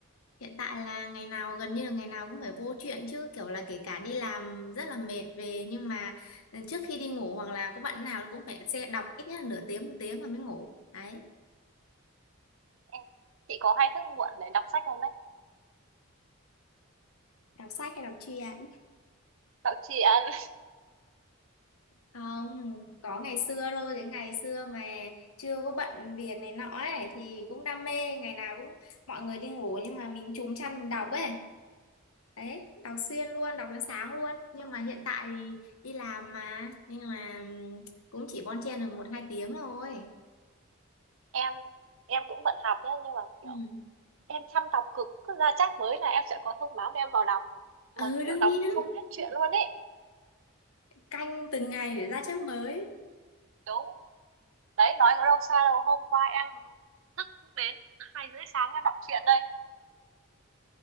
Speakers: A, on the left; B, on the right.
A: Hiện tại là ngày nào gần như là ngày nào cũng phải vô chuyện chứ kiểu là kể cả đi làm rất là mệt về nhưng mà ừ, trước khi đi ngủ hoặc là có bạn nào cũng phải xe đọc ít nhất là nửa tiếng một tiếng rồi mới ngủ đấy
B: Em, chị có hay thức muộn để đọc sách không đấy
A: đọc sách hay đọc truyện
B: đọc truyện <laughs>
A: không có ngày xưa thôi cái ngày xưa mà chưa có bận việc này nọ ấy thì cũng đam mê ngày nào cũng mọi người đi ngủ nhưng mà mình trúm chăn mình đọc ấy đấy đọc xuyên luôn đọc đến sáng luôn nhưng mà hiện tại thì đi làm mà nên là ừ, cũng chỉ bon chen được một hai tiếng thôi
B: em em cũng bận học nhá nhưng mà kiểu
A: Ừ.
B: em chăm đọc cực cứ ra chắc mới là em sẽ có thông báo để em vào đọc
A: Ừ
B: mà kiểu
A: đương
B: đọc
A: nhiên
B: không hết chuyện luôn ấy
A: canh từng ngày để ra chép mới
B: đúng đấy nói có đâu xa đâu hôm qua em thức đến hai rưỡi sáng em đọc truyện đây